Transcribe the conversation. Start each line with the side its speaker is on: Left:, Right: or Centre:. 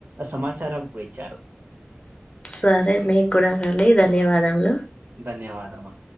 Right: సమాచారం కూడ ఇచ్చారు
Left: సరే మీకు కూడానండి ధన్యవాదములు
Right: ధన్యవాదమా